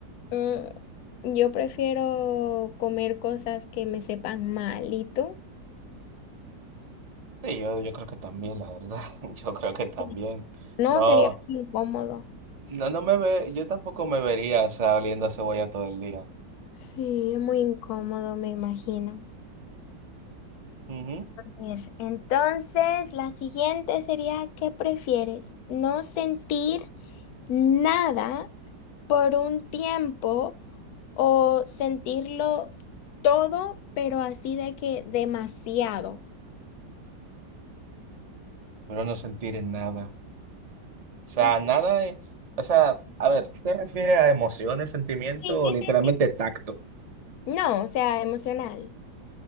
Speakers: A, on the left (about 70°); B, on the right (about 35°).
A: mm, yo prefiero comer cosas que me sepan mal. ¿Y tú?
B: Sí, yo, yo creo que también, la verdad. <laughs> Yo creo
A: Sí.
B: que también.
A: No,
B: No,
A: sería incómodo.
B: no, no me ve, yo tampoco me vería, o sea, oliendo a cebolla todo el día.
A: Sí, es muy incómodo, me imagino.
B: Ujú.
A: Ver, Entonces, la siguiente sería, ¿qué prefieres? ¿No sentir nada? por un tiempo o sentirlo todo, pero así de que demasiado.
B: Pero no sentir nada. O sea,
A: ¿En serio?
B: nada, eh, o sea, a ver, ¿qué ¿te refieres a emociones, sentimiento
A: Sí, sí,
B: o literalmente
A: sí. sí.
B: tacto?
A: No, o sea, emocional.